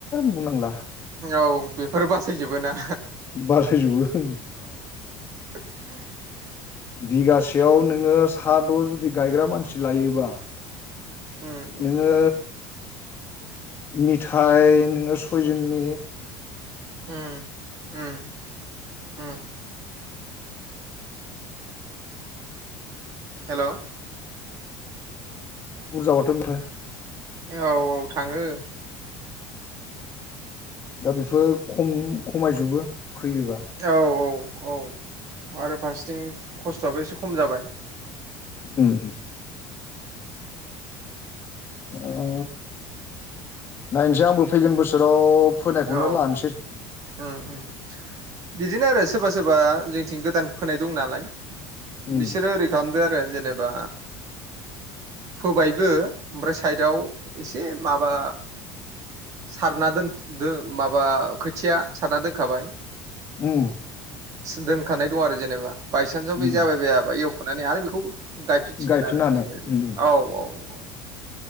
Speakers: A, on the left (about 25°); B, on the right (about 40°).
A: बुंनांला
B: औ बेफोर बासायजोबोना
A: बासायजोबो ओम
B: <inaudible>
A: बिगासेयाव नोङो सा द' जुदि गायग्रा मानसि लायोबा
B: उम
A: नोङो
B: उम
A: मिथाइ नोङो सयजननि
B: ओम-ओम-ओम हेल'
A: बुरजाबाथो मोनो
B: औ-औ थाङो
A: दा बेफोर खम खमायजोबो फैयोबा
B: औ-औ औ आरो फारसेथिं खस्थ'आबो एसे खम जाबाय
A: ओम ओ नायनोसै आंबो फैगोन बोसोराव फोनायखौनो
B: औ
A: लानोसै
B: ओम ओम बिदिनो आरो सोरबा सोरबा जोंनिथिं गोदान फोनाय दं नालाय
A: उम
B: बिसोरो ओरै खालामदो आरो जेनेबा फोबायबो ओमफ्राय साइदआव एसे माबा सारना दोन माबा खोथिया सारना दोनखाबाय
A: ओम
B: दोनखानाय दं आरो जेनेबा बायसेनसआव
A: उम
B: बे जाबाय बायाबा एवख'नानै आरो बेखौ गायफिनसिगोन
A: गायफिननो
B: आरो
A: हानाय
B: बेबायदि
A: उम उम
B: औ-औ-औ